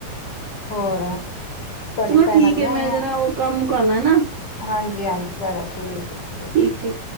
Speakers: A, on the left; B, on the right.
A: ਹੋਰ ਤੁਹਾਡੀ
B: ਚਲੋ
A: ਭੈਣਾਂ
B: ਠੀਕ
A: ਨੀ
B: ਐ, ਮੈਂ
A: ਆਈਆਂ
B: ਜਰਾ ਓ ਕੰਮ ਕਰ ਲਾਂ ਨਾ।
A: ਹਾਂਜੀ -ਹਾਂਜੀ ਚਲੋ, ਠੀਕ ਐ ਜੀ, ਠੀਕ
B: ਠੀਕ,
A: ਐ।
B: ਠੀ